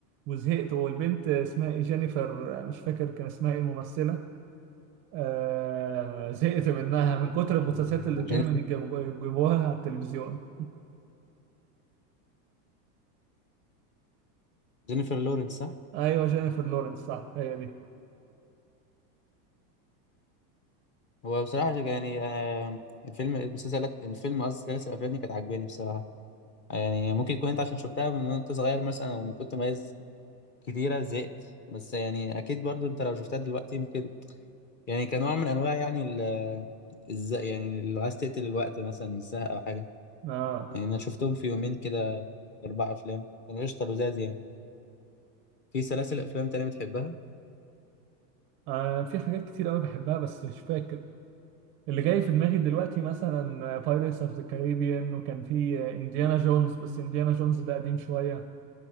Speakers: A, on the right; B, on the left.
A: وزهقت والبنت اسمها ايه جينيفر مش فاكر كان اسمها ايه الممثلة آه زهقت منها من كتر المسلسلات
B: مم،
A: اللي دايما
B: جينيفر
A: يجيبو- يجيبوها على التلفزيون
B: جينيفر لورنس صح؟
A: <laughs> ايوه جينيفر لورنس صح هي دي
B: هو بصراحة يعني آه، الفيلم المسلسلات الفيلم قصدي سلاسل الأفلام دي كانت عاجباني بصراحة آه، يعني ممكن يكون أنت عشان شفتها من وأنت صغير مثلا أو من كنت مميز كتيرة زهقت بس يعني أكيد برضو أنت لو شفتها دلوقتي ممكن يعني كنوع من انواع يعني ال ازاي يعني لو عايز تقتل الوقت مثلا الزهق او حاجه
A: اه,
B: يعني انا شفتهم في يومين كده اربع افلام كانوا قشطه لزاز يعني في سلاسل افلام تانية بتحبها
A: آه في حاجات كتير قوي بحبها بس مش فاكر اللي جاي في دماغي دلوقتي مثلا بايرتس اوف ذا كاريبيان وكان في انديانا جونز بس انديانا جونز ده قديم شوية